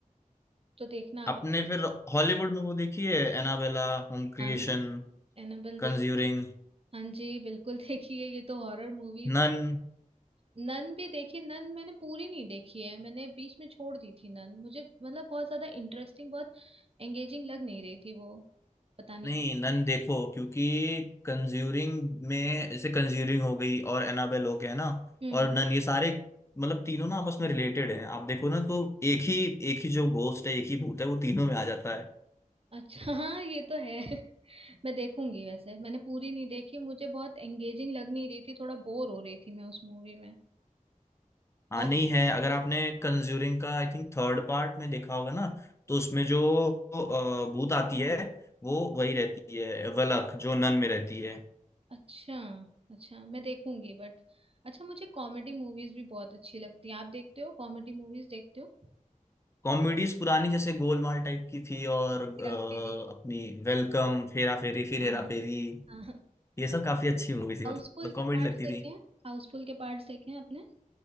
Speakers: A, on the right; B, on the left.
A: तो देखना आप
B: आपने
A: आपको
B: फिर हॉलीवुड में वो देखी है Annabelle home creation
A: हाँ एनाबेल
B: Conjuring
A: देखिए हाँ जी बिल्कुल <laughs> देखिए ये तो हॉरर मूवीज
B: Nun
A: नन भी देखी नन मैंने पूरी नहीं देखी है मैंने बीच में छोड़ दी थी नन मुझे मतलब बहुत ज्यादा इंटरेस्टिंग बहुत एंगेजिंग लग नहीं रही थी वो पता नहीं
B: नहीं नन देखो क्योंकि कंज्यूरिंग में जैसे कंज्यूरिंग हो गई और एनाबेल हो गया ना
A: हम्म
B: और नन ये सारे मतलब तीनों ना आपस में रिलेटेड हैं आप देखो ना तो एक ही एक ही जो घोस्ट है एक ही भूत है वो तीनों में आ जाता है
A: अच्छा <laughs> हाँ ये तो है <laughs> मैं देखूंगी वैसे मैंने पूरी नहीं देखी मुझे बहुत एंगेजिंग लग नहीं रही थी थोड़ा बोर हो रही थी मैं उस मूवी में
B: हाँ
A: और
B: नहीं है अगर आपने कंज्यूरिंग का आई थिंक थर्ड पार्ट में देखा होगा ना तो उसमें जो अ, भूत आती है वो वही रहती है वलक जो नन में रहती है
A: अच्छा अच्छा मैं देखूंगी बट अच्छा मुझे कॉमेडी मूवीज भी बहुत अच्छी लगती हैं आप देखते हो कॉमेडी मूवीज देखते हो
B: कॉमेडीज पुरानी जैसे गोलमाल टाइप की थी और अ,
A: हेरा फेरी
B: अपनी वेलकम फेरा फेरी फिर
A: हाँ
B: हेरा फेरी
A: हाँ
B: ये सब काफी अच्छी मूवी थी
A: हाउसफुल
B: मतलब कॉमेडी
A: के पार्ट्स
B: लगती
A: देखे
B: थी
A: हैं हाउसफुल के पार्ट्स देखे हैं आपने